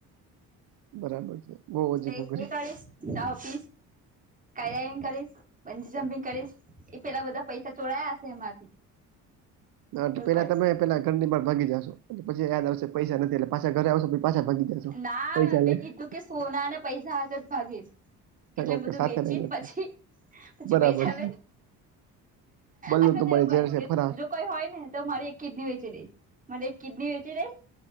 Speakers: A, on the right (about 65°); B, on the right (about 20°).
A: બરાબર છે. બહુ અજીબો
B: એટલે
A: ગરીબ
B: એકળસ દહ પીસ કડઇવિંગ કરીશ બંજી જમ્પિંગ કરીશ એ પેલા બધા પૈસા ચોડાયા હશે એમાંથી.
A: એટલે
B: એવું
A: પેલા
B: કરીશ
A: તમે પેલા ઘરની બ ભાગી જશો પછી આયા દ આવસે પૈસા નથી એટલે પાછા ઘરે આવો પછી પાછા ભાગી. જાશો.
B: ના
A: પૈસા
B: મેં
A: લઈ
B: કીધું કે સોના અને પૈસા હાથે જ ભાગીશ એટલે
A: ઓકે
B: બધું
A: સાથે
B: વેચીને
A: લઈને
B: પછી પછી
A: બરાબર
B: પૈસા
A: છે.
B: લે
A: બલ્લુ
B: અથવા
A: તુમારી
B: તો એવું કે
A: ઝેર સે
B: કે
A: ફરાર
B: જો. કોઈ હોય ને તો મારી એક કિડની વેચી દઈશ મારે એક કિડની વેચી દઈશ